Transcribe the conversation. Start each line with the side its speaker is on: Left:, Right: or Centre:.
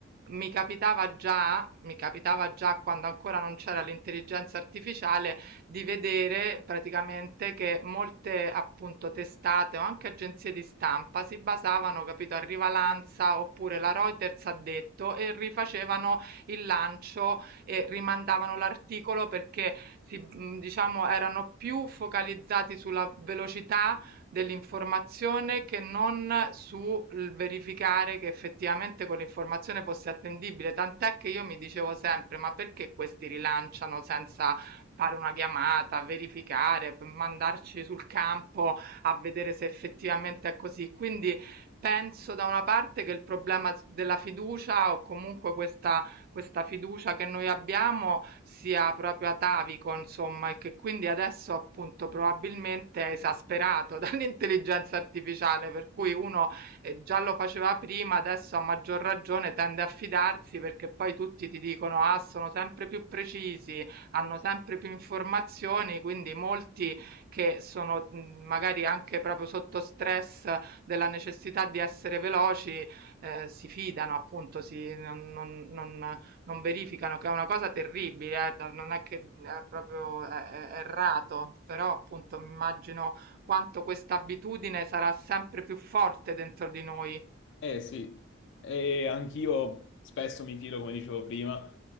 Right: mi capitava già, mi capitava già quando ancora non c'era l'intelligenza artificiale di vedere praticamente che molte appunto testate o anche agenzie di stampa si basavano, capito, a Rivalanza oppure la Reuters ha detto e rifacevano il lancio e rimandavano l'articolo perché si, mh, diciamo, erano più focalizzati sulla velocità dell'informazione che non sul verificare che effettivamente quell'informazione fosse attendibile. Tant'è che io mi dicevo sempre: ma perché questi rilanciano senza fare una chiamata, verificare, p- mandarci sul campo a vedere se effettivamente è così. Quindi penso da una parte che il problema s- della fiducia o comunque questa questa fiducia che noi abbiamo sia proprio atavico, insomma, e che quindi adesso appunto probabilmente è esasperato <laughs> dall'intelligenza artificiale, per cui uno eh, già lo faceva prima, adesso a maggior ragione tende a fidarsi perché poi tutti ti dicono ah, sono sempre più precisi, hanno sempre più informazioni, quindi molti che sono mh, magari anche proprio sotto stress della necessità di essere veloci eh, si fidano, appunto, si, non, non, non non verificano, che è una cosa terribile, eh, da- non è che è proprio è- è- è errato, però appunto mi immagino quanto questa abitudine sarà sempre più forte dentro di noi.
Left: Eh sì, e anch'io spesso mi fido, come dicevo prima,